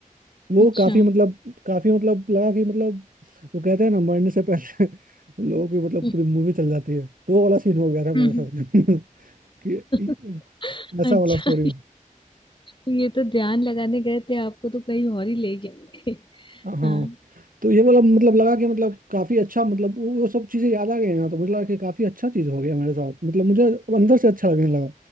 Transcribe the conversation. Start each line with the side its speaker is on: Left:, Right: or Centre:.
Right: वो
Left: अच्छा
Right: काफी मतलब काफी मतलब लगा कि मतलब वो कहते हैं ना मरने से पहले <laughs> लोगों की मतलब
Left: हम्म
Right: पूरी मूवी चल जाती है तो वो वाला सीन हो गया था मेरे
Left: हम्म।
Right: साथ <laughs> कि
Left: <laughs>
Right: ऐसा
Left: अच्छा
Right: वाला स्टोरी
Left: ये तो ध्यान लगाने गए थे आपको तो कहीं और ही ले गए <laughs>
Right: हाँ
Left: हाँ
Right: तो ये वाला मतलब लगा कि मतलब काफी अच्छा मतलब वो वो सब चीजें याद आ गई ना तो मुझे लगा कि काफी अच्छा चीज हो गया मेरे साथ मतलब मुझे अब अंदर से अच्छा लगने लगा